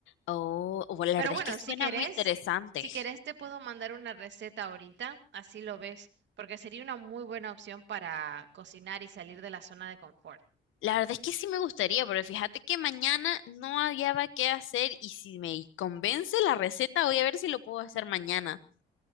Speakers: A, on the left (about 80°); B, on the right (about 65°).
A: Oh, oh, la verdad
B: Pero bueno,
A: es que suena
B: si querés,
A: muy interesante.
B: si querés te puedo mandar una receta ahorita, así lo ves, porque sería una muy buena opción para cocinar y salir de la zona de confort.
A: La verdad es que sí me gustaría, pero fíjate que mañana no había qué hacer y si me convence la receta, voy a ver si lo puedo hacer mañana.